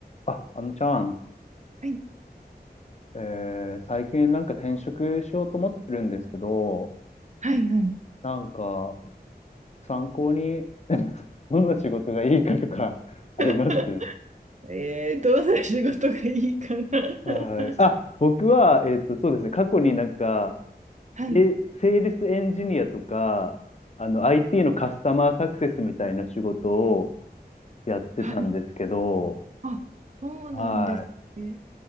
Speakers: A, on the left (about 40°); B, on the right (about 45°).
A: あ、あのちゃん、
B: はい、
A: えー最近なんか転職しようと思ってるんですけど、
B: はい、はい。
A: なんか参考に <laughs> どんな仕事がいいかとか <laughs> あります
B: <laughs> えー、どうする仕事がいいかな <laughs>
A: はい。あ、僕は、えっと、そうですね、過去になんか、
B: はい、
A: え、セールスエンジニアとか、あの、IT のカスタマーサクセスみたいな仕事をやってたんですけど、
B: はい。あ、そうなんですね。
A: はい。